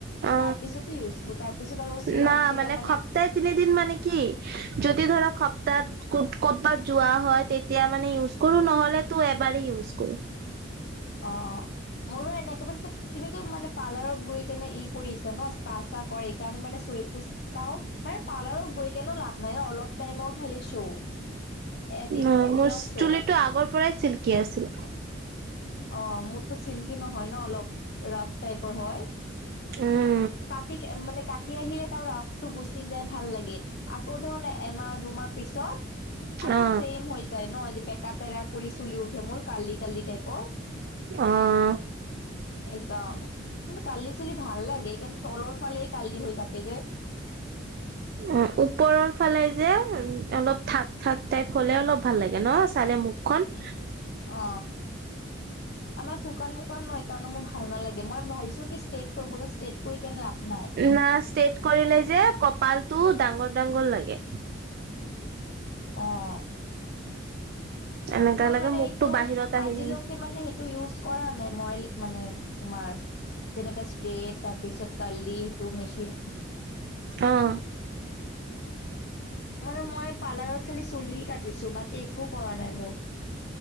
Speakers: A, on the right; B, on the left.
A: অ,
B: তাৰ পিছতো ইউজ কৰো তাৰ পিছত আৰু চিৰাম
A: ন,
B: চিৰাম
A: মানে সপ্তাহ তিনিদিন মানে কি যদি ধৰা সপ্তাহত ক'তবাত যোৱা হয়, তেতিয়া মানে ইউজ কৰো, নহলে তো এবাৰে ইউজ কৰো। <inaudible>
B: অ'। মোৰো এনেকে মানে তুমিতো মানে পাৰ্লাৰত গৈ কেনে, ই কৰিছা ন, স্পা চা কৰে, এই কাৰণে মানে চুলি যাও মান পাৰ্লাৰত গৈ কেনো লাভ নাই, অলপ টাইমৰ খালি শ্ব এদিন
A: অ,
B: দুদিনৰ
A: মোৰ
B: শ্ব'
A: চুলিটো আগৰ পৰাই চিল্কি আছিল।
B: অ, মোৰতো চিল্কি নহয় ন, অলপ ৰাফ টাইপৰ হয়।
A: উম।
B: কাটি মানে, কাটি আহিলে তাৰ ৰাফটো গুচি যায় ভাল লাগে। আকৌ ধৰণৰ এমাহ মই, পিছত আকৌ
A: অ
B: ছেম হৈ যায় ন, বেকাতেৰা কৰি চুলি উঠে, মোৰ ক্ৰালি মোৰ টাইপৰ।
A: অ'।
B: এইকাৰণে কিন্তু কাৰ্ল্লি চুলি ভাল লাগে। কিন্তু তলৰ ফালে কাৰ্ল্লি হৈ থাকে যে।
A: অ, ওপৰৰ ফালে যে, অলপ থাক, থাক টাইপ হলে অলপ ভাল লাগে ন, চাল মুখখন
B: অ, আমাৰ শুকান, মুকান নহ তাৰ কাৰণে মোৰ ভাল নালাগে। মই ভাবিছো কি ষ্টেট কৰিব, ষ্টেট কৰি কেনে লাভ নাই।
A: না ষ্টেট কৰিলে যে, কপালটো ডাঙৰ, ডাঙৰ লাগে।
B: অ'।
A: এনেকা
B: মই
A: লাগে
B: মানে,
A: মুখটো
B: এইটো
A: বাহিৰত আহি
B: আজিলৈকে
A: যায়
B: মানে, সেইটো ইউজ কৰা নাই। মই মানে, তোমাৰ যেনেকা ষ্ট্ৰেট, তাৰপিছত কাৰ্লি টো মেচিন।
A: আহ।
B: মানে মই পাৰ্লাৰত খালি চুলি কাটিছো। বাকী একো কৰা নাই মোৰ।